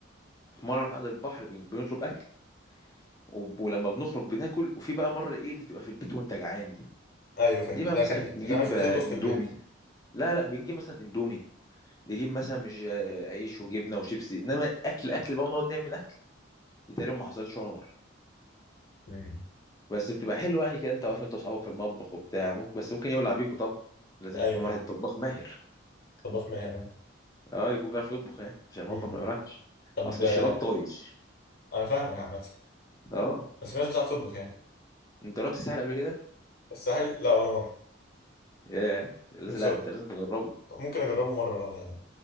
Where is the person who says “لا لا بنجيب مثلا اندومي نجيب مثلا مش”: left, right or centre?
Left